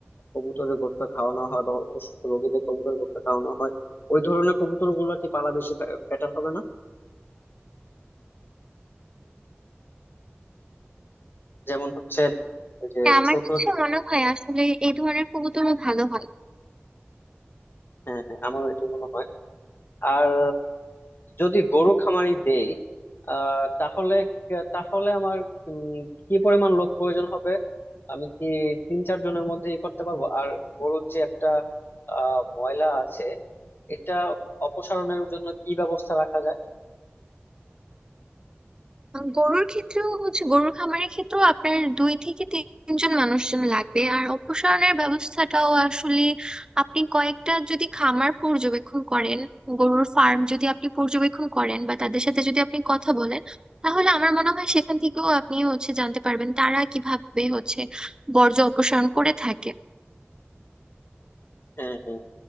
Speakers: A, on the left; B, on the right.
A: কবুতরের গোস্ত খাওয়ানো হয় বা অসুস্থ রোগীদের কবুতরের গোস্ত খাওয়ানো হয় ওই ধরনের কবুতর গুলো কি পালা বেশি বেটার হবে না যেমন হচ্ছে এই যে
B: হ্যাঁ আমার
A: ছোট
B: কাছে মনে হয় আসলে এই ধরনের কবুতরও ভালো হয়
A: হ্যাঁ হ্যাঁ আমার এটি মনে হয় আর যদি গরু খামারি দেই আহ তাহলে তাহলে আমার উম, কি পরিমাণ লোক প্রয়োজন হবে আমি কি তিন চার জনের মধ্যে ই করতে পারবো আর গরুর যে একটা আহ ময়লা আছে এটা অপসারণের জন্য কি ব্যবস্থা রাখা যায়
B: আর গরুর ক্ষেত্রেও হচ্ছে গরুর খামারের ক্ষেত্রেও আপনার দুই থেকে তিনজন মানুষজন লাগবে আর অপসারণের ব্যবস্থাটাও আসলে আপনি কয়েকটা যদি খামার পর্যবেক্ষণ করেন গরুর ফার্ম যদি আপনি পর্যবেক্ষণ করেন বা তাদের সাথে যদি আপনি কথা বলেন তাহলে আমার মনে হয় সেখান থেকেও আপনি হচ্ছে জানতে পারবেন তারা কিভাবে হচ্ছে বর্জ্য অপসারণ করে থাকে
A: হ্যাঁ হ্যাঁ